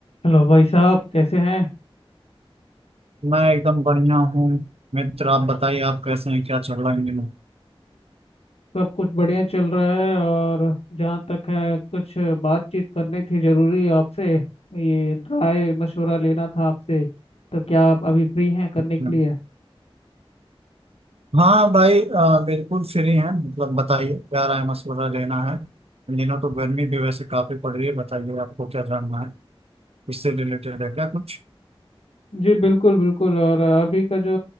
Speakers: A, on the left; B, on the right.
A: Hello भाई साहब कैसे हैं
B: मैं एकदम बढ़िया हूँ मित्र आप बताइए आप कैसे हैं क्या चल रहा है इन दिनों
A: सब कुछ बढ़िया चल रहा है और जहाँ तक है कुछ बातचीत करनी थी जरूरी आपसे ये राय मशवरा लेना था आपसे तो क्या आप अभी फ्री हैं करने
B: अच्छा।
A: के लिए
B: हाँ भाई अ, बिल्कुल फ्री हैं मतलब बताइए क्या राय मशवरा लेना है इन दिनों तो गर्मी भी वैसे काफी पड़ रही है बताइए आपको क्या जानना है इससे रिलेटेड है क्या कुछ
A: जी बिल्कुल बिल्कुल और अभी का जो